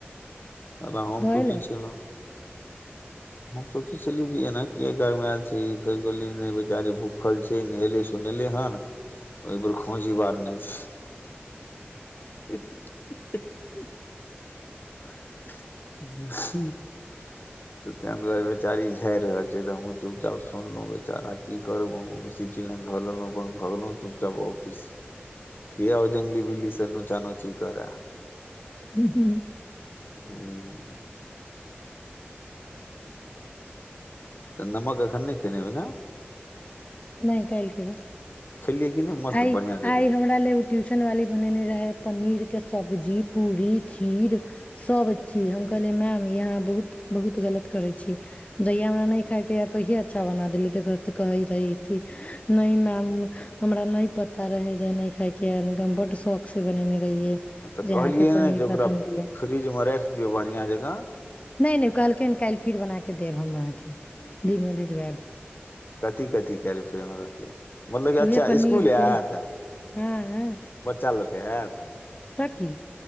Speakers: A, on the left (about 55°); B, on the left (about 30°).
A: त हमम
B: धोए
A: सची
B: लेब
A: छल हम सोचे छललि जी एना क गरमायल छै फेर कहोल बेचारी भूखल छै नहेले सुोनेले हन ओहि पर खोजी बार नहि छै ह
B: <unintelligible>
A: ह तऽ ताहि दुआरे बेचारी झाड़ि रहल छै तऽ हमहूँ चुपचाप सुनलहुँ बेचारा की करू हम सिटी लाइन धऽ लेलहुँ अपन भगलहु चुपचाप ऑफिस क आ जङंगगली बिल्लीसँ नोचा नोची करए
B: ह हू
A: ह तऽ नमक एखन नहि खेनेब ने
B: नहि काल्हि खेबे
A: खेलियै कि नहि मस्त
B: आइ
A: बढ़ियां जकाँ
B: आइ हमरा ले ट्यूशन वाली बनेने रहे पनीर के सब्जी पूरी खीर सब चीज हम कहलै मैम यहा बहुत बहुत गलत करे छी जहिया हमरा नहि खाय के य तोहिये अच्छा बना देले त घर कहे रहे नहि मैम हमरा नहि पता रहे जे न खायके बड शौख से बनेने रहियै
A: तऽ
B: जे
A: कहलियै
B: अहाँके पनीर
A: ने जे ओकरा
B: पसन्द य
A: फ्रिजमे राखि दियौ बढ़िआँ जका
B: नहि नहि कहलकै हन काल्हि फिर बना देब हम अहाँके दिन मे भेजबायब
A: कथी क फरे मतलब
B: उहे
A: अच्छा
B: पनीर
A: स्कुलतै
B: के हँ
A: बच्चा लग क तऽ
B: बाकी